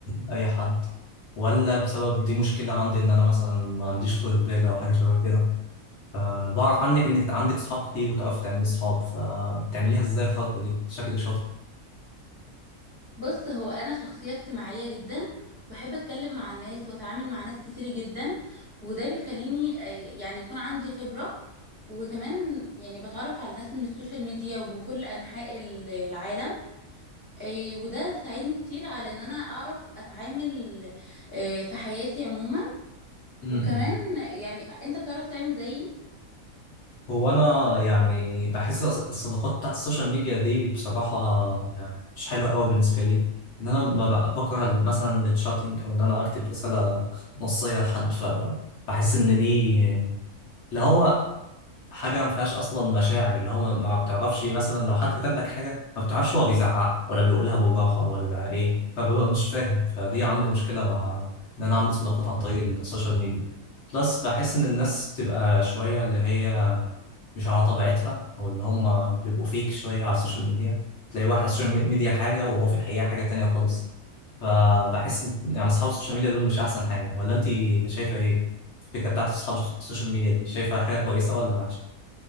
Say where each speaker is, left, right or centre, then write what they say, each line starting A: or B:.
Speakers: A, on the left; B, on the right.
A: لاي حد ولا بسبب دي مشكله عندي ان انا مثلا ما عنديش طولة بال او حاجه شبه كده فبعرف عنك انك عندك صحاب كتير وتعرفي تعملي صحاب فبتعمليها ازاي الخلطة دي شكلك شاطر
B: بص هو انا شخصيه اجتماعيه جدا واحب اتكلم مع الناس واتعامل مع ناس كتير جدا وده بيخليني آه، يعني يكون عندي خبره وكمان يعني بتعرف على ناس من السوشيال ميديا ومن كل انحاء ال- العالم آه، وده بيساعدني كتير على ان انا اعرف اتعامل آه، في حياتي عموما وكمان
A: م-م.
B: يعني انت بتعرف تعمل زيي
A: هو انا يعني بحس الص- الصداقات بتاعت السوشيال ميديا دي بصراحة يعني مش حلوة قوي بالنسبة لي ان انا ما ب- بكره مثلا التشاتنج او ان انا اكتب رسالة نصية لحد فبحس ان دي اللي هو حاجة ما فيهاش أصلا مشاعر اللي هو ما ما بتعرفش مثلا لو حد كتب لك حاجة ما بتعرفش هو بيزعق ولا بيقولها بوجاحة ولا إيه فببقى مش فاهم فدي عندي مشكلة مع إن أنا أعمل صداقات عن طريق السوشيال ميديا بلس بحس إن الناس بتبقى شوية اللي هي مش على طبيعتها أو اللي هم بيبقوا فيك شوية على السوشيال ميديا تلاقي واحد على السوشيال ميديا حاجة وهو في الحقيقة حاجة تانية خالص فبحس إن يعني أصحاب السوشيال ميديا دول مش أحسن حاجة ولا أنت شايفة إيه؟ الفكرة بتاعت أصحاب السوشيال ميديا دي شايفة حاجة كويسة ولا وحشة؟